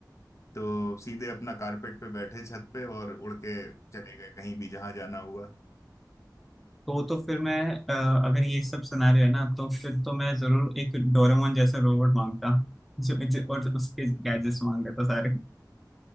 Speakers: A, on the left; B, in the centre.
A: तो सीधे अपना कारपेट पे बैठे छत पे और उड़ के चले गए कहीं भी जहां जाना हुआ
B: तो तो फिर मैं अ, अगर ये सब सिनेरियो है ना तो फिर तो मैं जरूर एक डोरेमोन जैसा रोबोट मांगता जो, जो और उसके गैजेट्स मांग लेता सारे